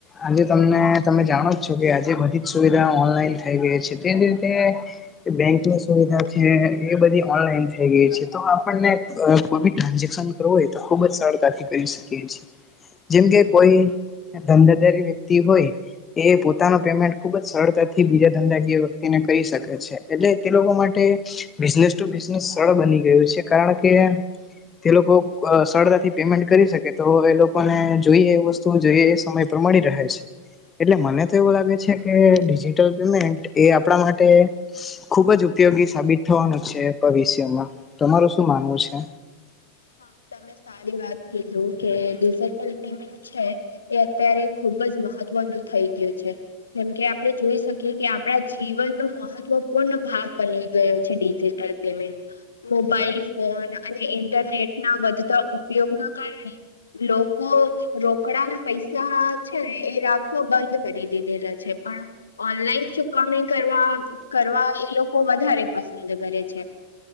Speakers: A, on the left; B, on the left.
A: આજે તમને તમે જાણો છો કે આજે બધી જ સુવિધા ઓનલાઈન થઈ ગઈ છે તે જ રીતે બેંકની સુવિધા છે એ બધી ઓનલાઈન થઈ ગઈ છે તો આપણને કોઈ બી ટ્રાન્ઝેક્શન તો ખુબ જ સરળતાથી કરી શકીએ છીએ જેમકે કોઈ ધંધારી વ્યક્તિ હોય એ પોતાનો પેમેન્ટ ખુબ જ સરળતાથી બીજા ધંધાકીય વ્યક્તિને કરી શકે છે. એટલે તે લોકો માટે બિઝનેસ ટુ બિઝનેસ સરળ બની ગયું છે કારણ કે તે લોકો સરતાથી પેમેન્ટ કરી શકે તો એ લોકોને જોઈએ એ વસ્તુ જોઈએ સમય પ્રમાણી રહે છે. એટલે મને તો એવું લાગે છે કે ડિજિટલ પેમેન્ટ એ આપણા માટ ખુબ જ ઉપયોગી સાબિત થવાનું છે ભવિષ્યમાં તમારું શું માનવું છે?
B: હા તમે સારી વાત કીધું કે ડિજિટલ પેમેન્ટ છે એ અત્યારે ખુબ જ મહત્વનું થઈ ગયું છે. જેમકે આપણે જોઈ શકીએ કે આપણા જીવનનો મહત્વપૂર્ણ ભાગ બની ગયો છે ડિજિટલ પેમેન્ટ મોબાઇલ ફોન અને ઇન્ટરનેટ ના વધતા ઉપયોગ ના કારણે લોકો રોકડા ના પૈસા છેને એ રાખવા બંધ કરી દીધેલા છે પણ ઓનલાઈન ચુકવણી કરવા કરવા એ લોકો વધારે પસંદ કરે છે.